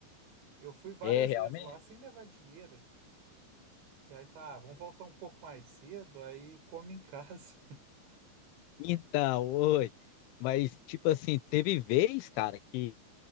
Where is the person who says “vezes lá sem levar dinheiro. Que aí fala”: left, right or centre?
Right